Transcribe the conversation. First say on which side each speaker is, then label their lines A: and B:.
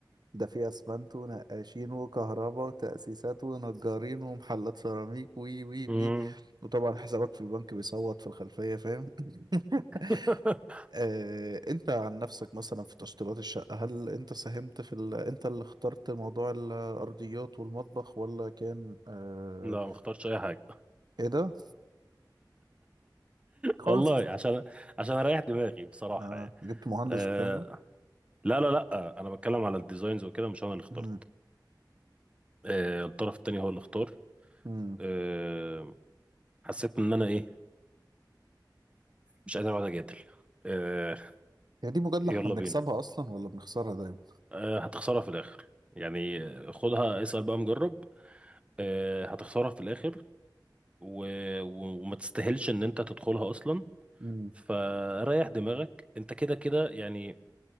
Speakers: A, on the right; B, on the right.
A: ده فيه اسمنت ونقاشين وكهرباء وتأسيسات ونجارين ومحلات سيراميك وي وي
B: مم.
A: وي وطبعا حسابك في البنك بيصوت في الخلفية فاهم <laughs>
B: <laughs>
A: آه، انت عن نفسك مثلا في تشطيبات الشقة هل انت ساهمت في ال... انت اللي اخترت موضوع الارضيات والمطبخ ولا كان آه...
B: لا ما اختارش اي حاجه
A: ايه ده خالص
B: والله عشان عشان اريح دماغي بصراحه
A: آه...
B: يعني
A: جبت مهندس
B: أه
A: والكلام ده
B: لا لا لا انا بتكلم على الديزاينز وكده مش انا اللي اخترت
A: امم
B: أه الطرف التاني هو اللي اختار
A: امم
B: أه حسيت ان انا ايه مش قادر اقعد اجادل أه
A: هي دي مجادلة
B: يلا
A: احنا بنكسبها
B: بينا
A: اصلا ولا بنخسرها دايما
B: أه هتخسرها في الاخر يعني آه، خدها اسال بقى مجرب أه هتخسرها في الاخر و... و... وما تستاهلش ان انت تدخلها اصلا
A: امم
B: فريح دماغك انت كده كده يعني